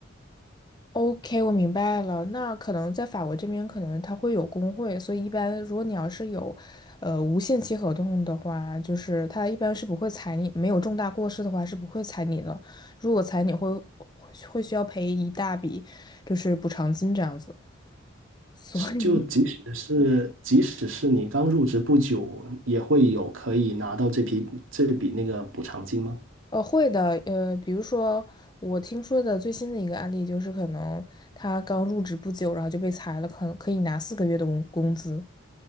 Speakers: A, on the left (about 20°); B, on the right (about 80°).
A: OK，我明白了。那可能在法国这边，可能它会有工会，所以一般如果你要是有，呃，无限期合同的话，就是他一般是不会裁你，没有重大过失的话是不会裁你的。如果裁你会会需要赔一大笔，就是补偿金这样子。所以，
B: 是就即使是即使是你刚入职不久，也会有可以拿到这批这笔那个补偿金吗？
A: 呃，会的，呃，比如说我听说的最新的一个案例就是，可能他刚入职不久，然后就被裁了，可能可以拿四个月的工工资。